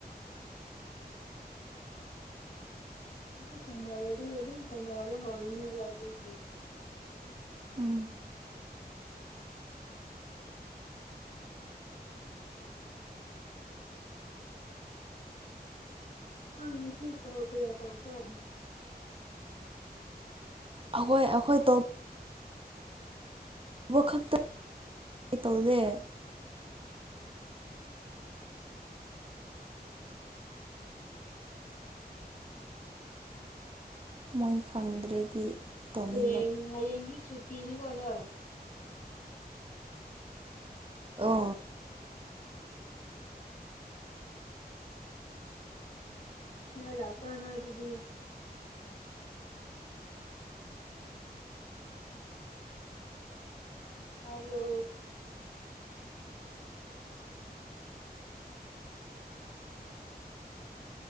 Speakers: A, on the left; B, on the right.
A: ꯃ ꯁꯃꯥꯏꯗꯤ ꯑꯗꯨꯝ ꯁꯌꯥꯝꯕ ꯍꯧꯣꯏꯅꯤ ꯋꯥꯗ ꯐ
B: ꯎꯝ
A: ꯎ ꯑꯪ ꯁꯤ ꯀꯣ ꯀꯌꯥ ꯇꯁꯦ
B: ꯑꯩꯈꯣꯏ ꯑꯩꯈꯣꯏ ꯇ ꯎꯕ ꯈꯛꯇ ꯀ ꯇꯧꯗꯦ
A: ꯎꯝ
B: ꯃꯣꯏ ꯈꯪꯗ꯭ꯔꯗꯤ ꯇꯧꯅꯤꯡꯗꯕ
A: ꯍꯌꯦꯡ ꯍꯌꯦꯡꯁꯨ ꯁꯨꯇꯤꯅꯤ ꯀꯅ
B: ꯑꯣ
A: ꯉꯂ ꯄꯨ꯭ꯔꯥꯅ ꯑꯣꯏꯔꯗꯤ ꯑꯥꯎꯗꯣ